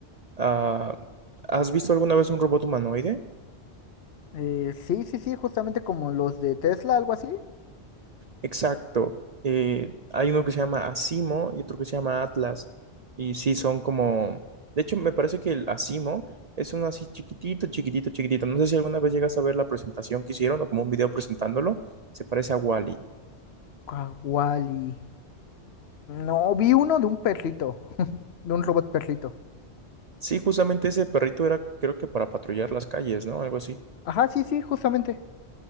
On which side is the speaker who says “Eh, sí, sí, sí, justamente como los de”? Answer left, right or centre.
Left